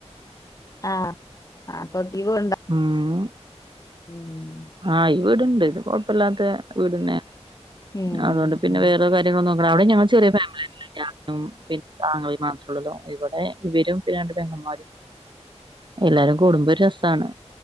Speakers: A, on the left (about 30°); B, on the right (about 45°).
A: ആഹ് ആപ്പൊ <unintelligible>
B: ഉം
A: ഉം
B: ആഹ് ഈ വീടുണ്ട് ഇത് കൊഴപ്പല്ലാത്ത വീടന്നെ
A: ഉം
B: അതുകൊണ്ട് പിന്നെ വേറ കാര്യ ങ്ങൾ നോക്ക്ണെ അവിടെ പിന്നെ ഞങൾ ചെറിയ ഫാമിലിന്നെ ഞാനും പിന്നെ ഇന്റെ ആങ്ങളീം മാത്രേ ഉള്ളല്ലോ ഇവിടെ ഇവരും പിന്നെണ്ട് പെങ്ങന്മാരും എല്ലാരും കൂടുംമ്പോ ഒരു രസാണ്